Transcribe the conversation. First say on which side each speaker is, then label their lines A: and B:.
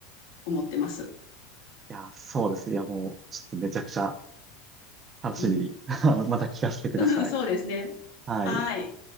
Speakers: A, on the left; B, on the right.
A: 思ってます。
B: いや、そうですね。いや、もう、ちょっとめちゃくちゃ楽しみに、
A: うん。
B: <laughs> あのまた聞かせてください。
A: <laughs> そうですね。
B: はい。
A: はい。